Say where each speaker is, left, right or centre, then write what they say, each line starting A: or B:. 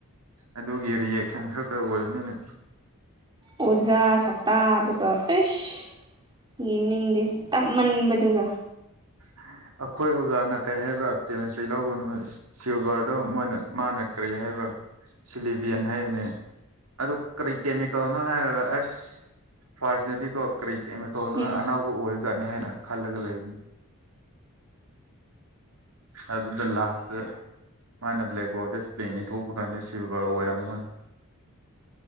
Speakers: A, on the right (about 70°); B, on the right (about 20°).
A: ꯑꯗꯨꯒꯤ ꯔꯤꯌꯦꯛꯁꯟ ꯈꯛꯇ ꯑꯣꯏꯕꯅꯤꯅ
B: ꯑꯣꯖꯥ ꯁꯛꯇꯥꯗꯨꯒ ꯑꯩꯁ ꯌꯦꯡꯅꯤꯡꯗꯦ ꯇꯞꯃꯟꯕꯗꯨꯒ
A: <inaudible> ꯑꯈꯣꯏ ꯑꯣꯖꯥꯅ ꯀꯔꯤ ꯍꯥꯏꯕ꯭ꯔꯥ ꯀꯦꯃꯦꯁꯇ꯭ꯔꯤ ꯂꯧꯒꯅꯨ ꯁꯤꯜꯚꯔꯗꯣ ꯃꯣꯏꯅ ꯃꯥꯥꯅ ꯀꯔꯤ ꯍꯥꯏꯕ꯭ꯔꯥ ꯁꯤꯂꯤꯕꯤꯌꯟ ꯍꯥꯏꯕꯅꯦ ꯑꯗꯨ ꯀꯔꯤ ꯀꯦꯃꯤꯀꯦꯜꯅꯣ ꯍꯥꯏꯔꯒ ꯑꯁ ꯐꯥꯔꯁꯗꯗꯤꯀꯣ ꯀꯔꯤ ꯀꯦꯝꯃꯦ <unintelligible>
B: ꯎꯝ
A: ꯑꯅꯧꯕ ꯑꯣꯏꯕꯖꯥꯠꯅꯦ ꯍꯥꯏꯅ ꯈꯜꯂꯒ ꯂꯩꯕꯅꯤ ꯑꯗꯨꯗ ꯂꯥꯁꯠꯗ ꯃꯥꯅ ꯕ꯭ꯂꯦꯛꯕꯣꯔꯠꯗ ꯁꯄ꯭ꯂꯦꯟ ꯏꯊꯣꯛꯄ ꯀꯥꯟꯗ ꯁꯤꯜꯚꯔ ꯑꯣꯏꯔꯝꯕꯋꯥꯟ